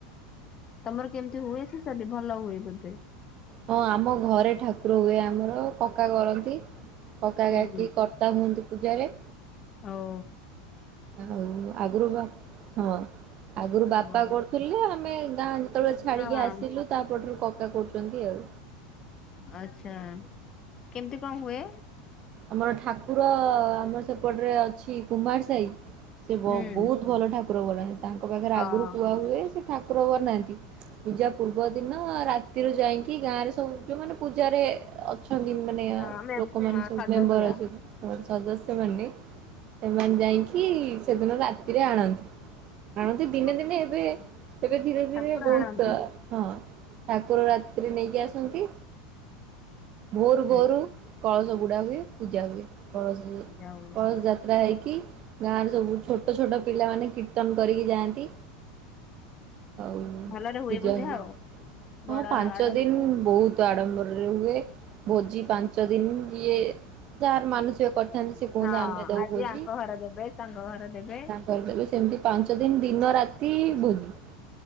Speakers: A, on the left; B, on the right.
A: ତମର କେମିତି ହୁଏ ସେସାଦୀ ଭଲ ହୁଏ ବୋଧେ?
B: ହଁ ଆମ ଘରେ ଠା କୁର ହୁଏ ଆମର କକା କରନ୍ତି। କକା
A: ହୁଁ
B: କାକି କର୍ତ୍ତା ହୁଅନ୍ତି ପୂଜାରେ।
A: ଆଉ
B: ଆଉ ଆଗରୁ ବା ହଁ ଆଗରୁ ବାପା
A: ଆଁ ହଉ
B: କର ଥିଲେ ଆମେ ଗାଁ ଯେତେବେଳେ ଛାଡି଼କି
A: ହଁ
B: ଆସିଲୁ ତାପର ଠାରୁ କକା କରୁଛନ୍ତି ଆଉ।
A: ଆଚ୍ଛା କେମିତି କଣ ହୁଏ?
B: ଆମର ଠାକୁର ଆମର ସେପଟରେ ଅଛି କୁମାର ସାହି। ସେ ବ-ବହୁତ
A: ହୁଁ
B: ଭଲ ଠାକୁର ବନିନ୍ତି। ତାଙ୍କ ପାଖରେ
A: ହଁ
B: ଆଗରୁ କୁହା ହୁଏ ସେ ଠାକୁର ବନାନ୍ତି। ପୂଜା ପୂର୍ବ ଦିନ
A: ହଁ
B: ରାତିରୁ ଯାଇକି ଗାଁ ରେ ସବୁ ଯୋଉ ମାନେ ପୂଜାରେ ଅଛନ୍ତି ମାନେ
A: ଆମେ
B: ଲୋକମାନେ
A: ଅଁ,
B: ସବୁ
A: ସଦସ୍ୟ
B: ମେମ୍ବର ଅଛ ର ସଦସ୍ୟ ମାନେ ସେମାନେ ଯାଇକି ସେଦିନ ରାତିରେ ଆଣନ୍ତି। ଆଣନ୍ତି ଦିନେ
A: ଓ
B: ଦିନେ ଏବେ ଏବେ ଧୀରେ ଧୀରେ
A: ଠାକୁର
B: ବହୁତ
A: ଆଣନ୍ତି
B: ହଁ ଠାକୁର ରାତିରେ ନେଇକି ଆସନ୍ତି। ଭୋରୁ
A: ହୁଁ।
B: ଭୋରୁ କଳସ ବୁଡ଼ା ହୁଏ, ପୂଜା ହୁଏ। କଳସ
A: ପୂଜା ହୁଏ
B: କଳସ ଯାତ୍ରା ହେଇକି ଗାଁର ସବୁ ଛୋଟ ଛୋଟ ପିଲାମାନେ କୀର୍ତ୍ତନ କରିକି ଯାଆନ୍ତି। ଆଉ
A: ଭଲରେ
B: ପୂଜା
A: ବୋଧେ
B: ହୁଏ।
A: ଆଉ
B: ହଁ
A: ବଡ
B: ପାଞ୍ଚ
A: ଆଡମ୍ବର
B: ଦିନ ବହୁତ ଆଡ଼ମ୍ବରରେ ହୁଏ। ଭୋଜି ପାଞ୍ଚ ଦିନ ଇଏ ଯାହାର ମାନସିକ କରିଥାନ୍ତି, ସେ କୁହନ୍ତି
A: ହଁ
B: ଆମେ ଦବୁ
A: ଆଜି
B: ଭୋଜି।
A: ଆଙ୍କ ଘର ଦେବେ ତାଙ୍କ ଘର ଦେବେ
B: କରିଦେବେ ସେମତି ପାଞ୍ଚ ଦିନ ଦିନ ରାତି ଭୋଜି।